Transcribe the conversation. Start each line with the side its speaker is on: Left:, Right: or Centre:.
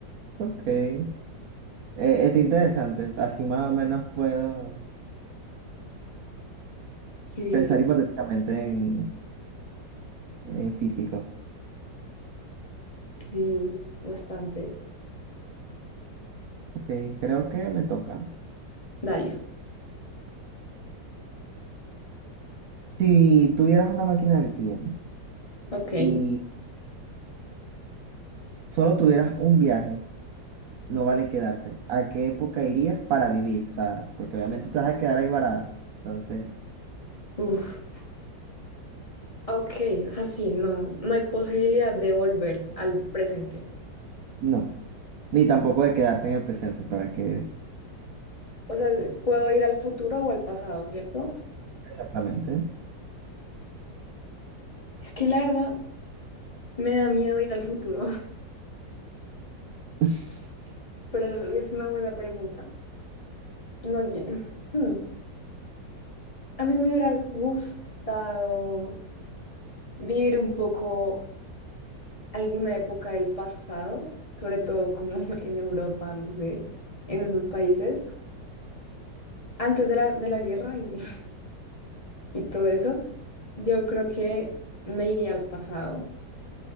Right: Ok. Eh, está interesante. Así más o menos puedo
Left: sí,
Right: pensar hipotéticamente en, en físico.
Left: sí, bastante.
Right: Ok, creo que me toca.
Left: Dale,
Right: Si tuvieras una máquina del tiempo
Left: ok.
Right: y solo tuvieras un viaje, no vale quedarse. ¿A qué época irías para vivir? O sea, porque obviamente te vas a quedar ahí varada. Entonces,
Left: Uf, ok, o sea, sí, no, no hay posibilidad de volver al presente.
Right: no. Ni tampoco de quedarte en el presente, para que...
Left: O sea, puedo ir al futuro o al pasado, ¿cierto?
Right: Exactamente.
Left: Es que la verdad me da miedo ir al futuro, <laughs>
Right: <laughs>
Left: pero es una buena pregunta. No, ye- Hmm. A mí me hubiera gustado vivir un poco alguna época del pasado, sobre todo como <laughs> en Europa, no sé, en esos países, antes de la, de la guerra y, <laughs> y todo eso. Yo creo que me iría al pasado,